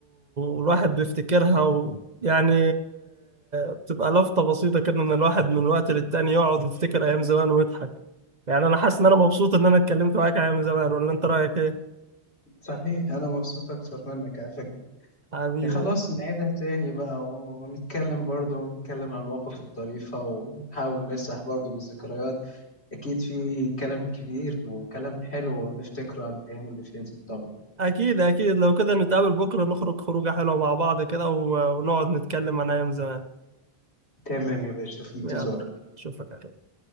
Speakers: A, on the right (about 40°); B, on the left (about 75°).
A: والواحد بيفتكرها و... يعني بتبقى لفتة بسيطة كده إن الواحد من وقت للتاني يقعد يفتكر أيام زمان ويضحك يعني انا حاسس ان انا مبسوط ان انا اتكلمت معاك يا من زمان ولا انت رايك ايه
B: صحيح أنا مبسوط أكتر منك على فكرة
A: حبيبي
B: يعني خلاص نعيدها تاني بقى ونتكلم برضه ونتكلم عن المواقف الطريفة ونحاول نسرح برضه بالذكريات أكيد في كلام كبير وكلام حلو نفتكره عن الأيام اللي فاتت طبعا
A: اكيد اكيد لو كده نتقابل بكره نخرج خروجه حلوه مع بعض كده و- ونقعد نتكلم عن ايام زمان
B: تمام يا باشا في انتظارك
A: يلا اشوفك على خير.